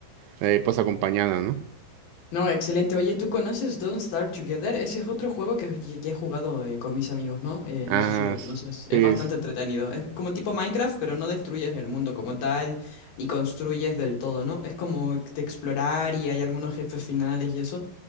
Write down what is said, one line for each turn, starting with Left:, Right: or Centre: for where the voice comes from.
Right: eh, pues acompañada, ¿no?
Left: No, excelente. Oye, ¿tú conoces Don't Starve Together? Ese es otro juego que, que- que he jugado eh, con mis amigos, ¿no? Eh, no
Right: Ah,
Left: sé si lo conoces. Es
Right: sí,
Left: bastante
Right: sí,
Left: entretenido. Es como tipo Minecraft, pero no destruyes el mundo como tal, ni construyes del todo, ¿no? Es como de explorar y hay algunos jefes finales y eso.